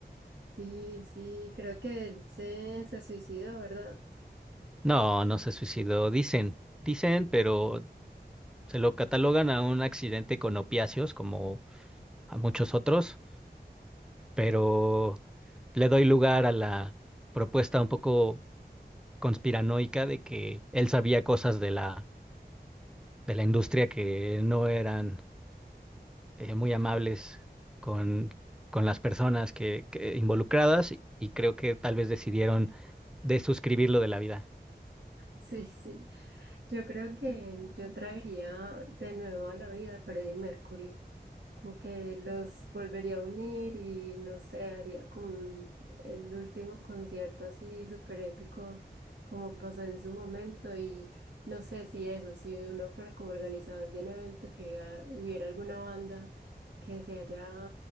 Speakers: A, on the right (about 85°); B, in the centre.
A: Sí, sí, creo que él se, se suicidó, ¿verdad? <laughs>
B: No, no se suicidó, dicen, dicen, pero se lo catalogan a un accidente con opiáceos, como a muchos otros, pero le doy lugar a la propuesta un poco conspiranoica de que él sabía cosas de la, de la industria que no eran eh, muy amables con, con las personas que, que involucradas y, y creo que tal vez decidieron desuscribirlo de la vida.
A: Sí, sí. Yo creo que yo traería de nuevo a la vida a Freddie Mercury. como que los volvería a unir y no sé, haría como un- el último concierto así súper épico como pasó en su momento y no sé si eso, si uno fuera como organizador de un evento que ah, hubiera alguna banda que se haya